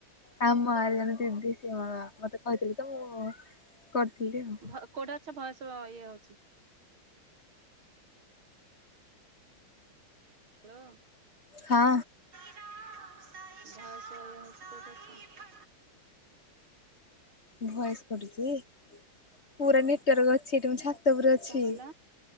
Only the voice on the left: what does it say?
ଆମ ଆରେ ଜଣେ ଦିଦି ସି ମ ମତେ କହିଥିଲେ ତ ମୁଁ କରିଥିଲି
ଆଉ।
ହଁ।
ଭଏସ କଟୁ ଚି। ପୁରା ନେଟୱାର୍କ ଅଛି ଏଠି ମୁ ଛାତପୁର ଅଛି।